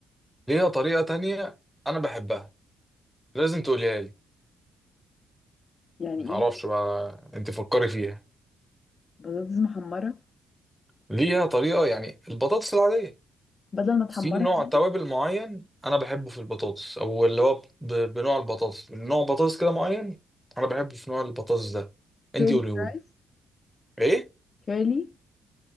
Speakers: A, in the centre; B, on the left.
A: ليها طريقة تانية أنا بحبها لازم تقوليها لي
B: يعني
A: معرفش
B: ايه
A: بقى أنت فكري فيها
B: بطاطس محمرة
A: ليها طريقة يعني البطاطس العادية
B: بدل ما تحمرها
A: في نوع
B: يعني
A: توابل معين أنا بحبه في البطاطس أو اللي هو ب- بنوع البطاطس نوع بطاطس كده معين أنا بحبه في نوع البطاطس ده أنت
B: كيرلي
A: قوليهولي
B: فرايز
A: إيه؟
B: كيرلي